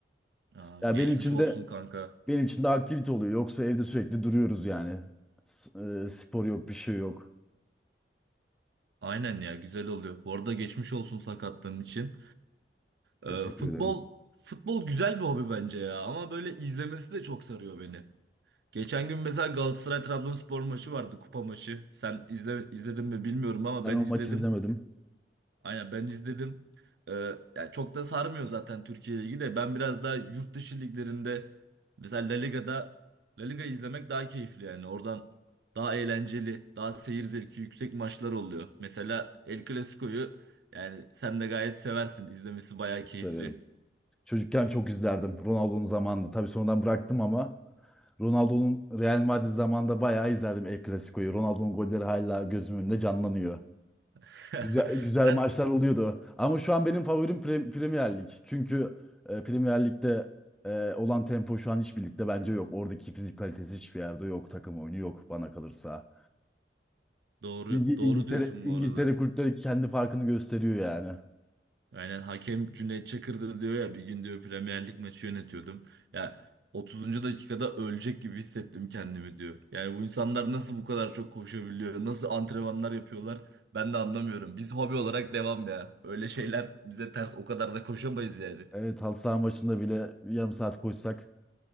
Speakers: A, on the right; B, in the centre.
A: Aa,
B: Ya
A: geçmiş
B: benim için
A: olsun
B: de
A: kanka.
B: benim için de aktivite oluyor. Yoksa evde sürekli duruyoruz yani. S- e, spor yok, bir şey yok.
A: Aynen ya, güzel oluyor. Bu arada geçmiş olsun sakatlığın için.
B: Teşekkür
A: Ee, futbol
B: ederim.
A: futbol güzel bir hobi bence ya ama böyle izlemesi de çok sarıyor beni. Geçen gün mesela Galatasaray Trabzonspor maçı vardı, kupa maçı. Sen izle, izledin mi bilmiyorum ama
B: Ben
A: ben
B: o
A: izledim.
B: maç izlemedim.
A: Aynen ben izledim. Ee, ya çok da sarmıyor zaten Türkiye Ligi de. Ben biraz daha yurt dışı liglerinde mesela La Liga'da La Liga izlemek daha keyifli yani. Oradan daha eğlenceli, daha seyir zevki yüksek maçlar oluyor. Mesela El Clasico'yu yani sen de gayet seversin. İzlemesi bayağı
B: Hiç
A: keyifli.
B: severim. Çocukken çok izlerdim Ronaldo'nun zamanında. Tabii sonradan bıraktım ama Ronaldo'nun Real Madrid zamanında bayağı izlerdim El Clasico'yu. Ronaldo'nun golleri hala gözümün önünde canlanıyor.
A: <laughs>
B: Güzel, güzel
A: Sen
B: maçlar oluyordu. Ama şu an benim favorim Pre- Premier Lig. Çünkü e, Premier Lig'de e, olan tempo şu an hiçbir ligde bence yok. Oradaki fizik kalitesi hiçbir yerde yok. Takım oyunu yok bana kalırsa.
A: doğru,
B: İngi-
A: doğru
B: İngiltere,
A: diyorsun
B: İngiltere
A: bu arada.
B: kulüpleri kendi farkını gösteriyor yani.
A: Aynen hakem Cüneyt Çakır'dı diyor ya bir gün diyor Premier Lig maçı yönetiyordum. Ya 30. dakikada ölecek gibi hissettim kendimi diyor. Yani bu insanlar nasıl bu kadar çok koşabiliyor? Nasıl antrenmanlar yapıyorlar? Ben de anlamıyorum. Biz hobi olarak devam ya. Öyle şeyler bize ters. O kadar da koşamayız yani.
B: Evet halı saha maçında bile yarım saat koşsak